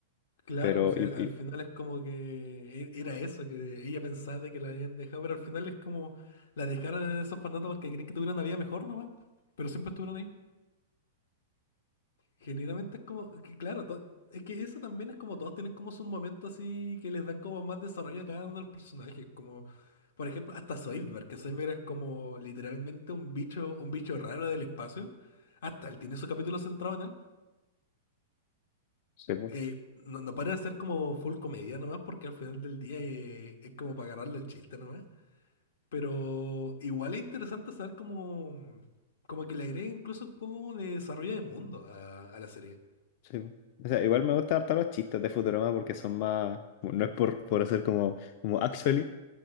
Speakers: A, on the left (about 80°); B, on the left (about 40°).
A: Claro,
B: Pero,
A: o sea,
B: y,
A: al
B: y-
A: final es como que e- era eso, que ella pensaba de que la habían dejado, pero al final es como la dejaron en esos orfanatos porque creen que tuvieron una vida mejor nomás, pero siempre estuvieron ahí. Generalmente es como, que claro, to- es que eso también es como todos tienen como sus momentos así que les dan como más desarrollo a cada uno de los personajes, como por ejemplo hasta Zoidberg, que Zoidberg es como literalmente un bicho, un bicho raro del espacio, hasta él tiene su capítulo centrado en él,
B: Sí. pues.
A: que no, no para de ser como full comedia nomás, porque al final del día eh, es, como para agarrarle el chiste nomás, pero igual es interesante saber como, como que le agrega incluso un poco de desarrollo de mundo a a la serie.
B: Sí. O sea, igual me gustan harto los chistes de Futurama porque son más, bueno, no es por, por hacer como, como actually,